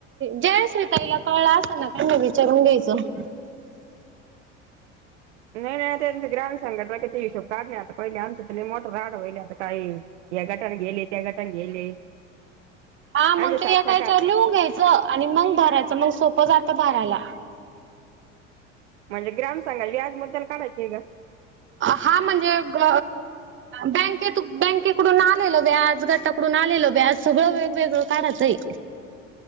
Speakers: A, on the right; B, on the right.
A: जयश्री तईला कळसना कमी विचार घ्यायचं.
B: नाही नाही त्यां ग्राम संघटला क हिशोब काढण्य पहिले आमच त मोठर राड वईल आता काही. या गटने गेले त्या गटने गेले.
A: हा मग
B: आमचे
A: तू
B: साठ
A: या
B: साठ
A: काय चवर लिहून घ्याच''--'' च आणि मग भरायचं मग सोपं जात भरायला.
B: म्हणजे ग्राम सांगा व्याजबद्दल काढायची आहे का.
A: हा म्हणजे ग. बँकेत बँकेकडून आलेल व्याज गटाकडून आलेल व्याज सगळं व''--'' ग वेगळ काढते.